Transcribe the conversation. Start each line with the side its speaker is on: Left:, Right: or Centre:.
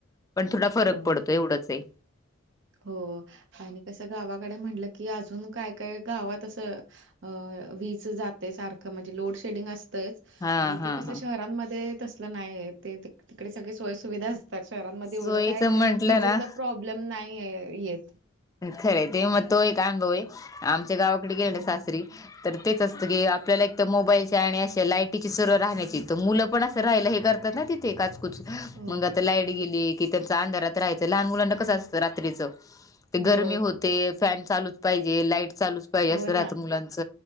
Left: पण थोडा फरक
Right: हो
Left: पडतोय एवढच आहे....
Right: हो आणि कस गावाकडे म्हणतल की अजून काय काय गावात अस.... अ वीज जाते सारखं म्हणजे लोड शेडिंग असते....
Left: हा
Right: आणि
Left: हा
Right: ते कसं
Left: हा
Right: शहरांमध्ये त असलं नाही ते तिकडे सगळी सोय सुुविधा.... तर शहरांमध्ये एवढं
Left: सोयीच
Right: काय
Left: म्हंटलं
Right: विजेचा
Left: ना
Right: प्रॉब्लेम नाही येत...
Left: खरं ते मग तो एक अनुभव आहे आमच्या गावाकडे गेला
Right: हो
Left: ना सासरी..... तर तेच असतं की आपल्याला एक तर मोबाईलच्या आणि अशे लायटीची सरळ राहण्याची तर मुलं पण असत.... राहिला हे करतात ना, तिथे.... ते कातकुच
Right: हो
Left: मग आता लाईट गेली की त्यांच अंधारात राहायचं लहान मुलांना कसं असतं रात्रीच... ते
Right: हो
Left: गरमी होते फॅन चालूच पाहिजे लाईट चालूच पाहिजे असं
Right: हो
Left: राहतं
Right: ना
Left: मुलांच....